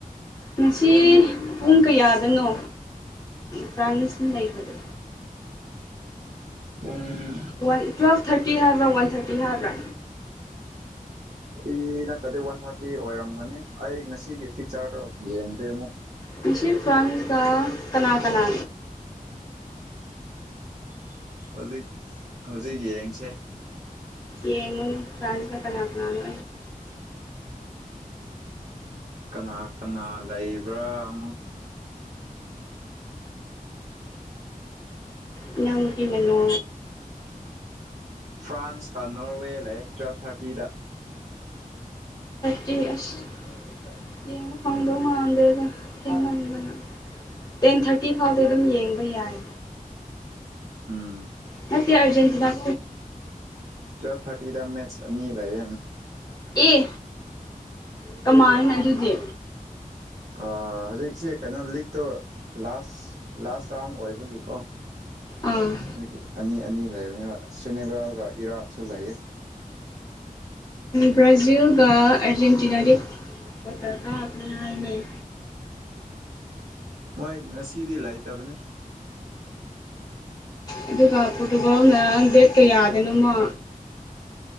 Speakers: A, on the left; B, on the right.
A: ꯉꯁꯤ ꯄꯨꯡ ꯀꯌꯥꯗꯅꯣ ꯐ꯭ꯔꯥꯟꯁꯏꯕꯗꯣ
B: ꯄꯨꯣꯏꯂꯤ
A: ꯋꯥꯟ ꯇꯨꯋꯦꯜꯞ ꯊꯥꯔꯇꯤ ꯍꯥꯏꯕ꯭ꯔꯥ ꯋꯥꯟ ꯊꯥꯔꯇꯤ ꯍꯥꯏꯕ꯭ꯔꯥ
B: ꯐ ꯅꯠꯇ꯭ꯔꯗꯤ ꯋꯥꯟ ꯊꯥꯔꯇꯤ ꯑꯣꯏꯔꯝꯒꯅꯤ ꯑꯩ ꯉꯁꯤꯒꯤ ꯐꯤꯛꯆꯔꯗꯣ ꯌꯦꯡꯗꯦ ꯑꯃꯨꯛ
A: ꯃꯁꯤ ꯐ꯭ꯔꯥꯟꯁꯀ ꯀꯅꯥ ꯀꯅꯥ
B: ꯍꯧꯖꯤꯛ ꯍꯧꯖꯤꯛ ꯌꯦꯡꯁꯦ
A: ꯌꯦꯉ ꯐ꯭ꯔꯥꯟꯁ ꯂ ꯀꯅꯥꯅꯥꯅꯣ
B: ꯀꯅꯥ ꯀꯅꯥ ꯂꯩꯕ꯭ꯔꯥ ꯑꯃ
A: ꯏꯅꯄꯤ ꯃꯅꯣ
B: ꯐ꯭ꯔꯥꯟꯁꯀ ꯅꯣꯔꯋꯦ ꯂꯩ ꯇꯨꯋꯦꯜꯐ ꯊꯔꯇꯤꯗ
A: ꯑꯦ ꯑꯁ ꯌꯦꯡꯕ ꯐꯪꯗꯧ
B: ꯎꯝ
A: ꯃꯥꯟꯗꯦꯗ ꯌꯥꯝꯃꯟꯕꯅ ꯇꯦꯟ ꯊꯥꯔꯇꯤ ꯐꯥꯎꯗꯤ ꯑꯗꯨꯝ ꯌꯦꯡꯕ ꯌꯥꯏ
B: ꯎꯝ
A: ꯅꯠꯇꯦ ꯑꯔꯖꯦꯟꯇꯤꯅꯥ
B: ꯇ꯭ꯋꯦꯜ ꯊꯥꯔꯇꯤꯗ ꯃꯦꯆꯑꯅꯤ ꯂꯩ
A: ꯑꯦ ꯀꯃꯥꯏ ꯑꯗꯨꯗꯤ
B: ꯍꯧꯖꯤꯛꯁꯦ ꯀꯩꯅꯣ ꯂꯤꯛꯇꯣ ꯂꯥꯁ ꯂꯥꯁ ꯔꯥꯎꯟ ꯑꯣꯏꯕꯒꯤꯀꯣ
A: ꯑꯥ
B: ꯑꯗꯒꯤ ꯑꯅꯤ ꯑꯅꯤ ꯂꯩꯕꯅꯤ ꯁꯦꯅꯦꯒꯥꯒ ꯏꯔꯥꯛꯁꯨ ꯂꯩꯌꯦ
A: ꯕ꯭ꯔꯥꯖꯤꯜꯒ ꯑꯔꯖꯦꯟꯇꯤꯅꯥꯗꯤ ꯄꯠꯇꯔꯀꯥꯥꯁꯦ ꯍꯥꯏꯥꯏꯅꯦꯩ
B: ꯃꯣꯏ ꯉꯁꯤꯗꯤ ꯂꯥꯛꯇꯕꯅꯦ
A: ꯑꯗꯨꯒ ꯄꯣꯔꯇꯨꯒꯜꯅ ꯗꯦꯠ ꯀꯌꯥꯗꯅꯣꯃꯣ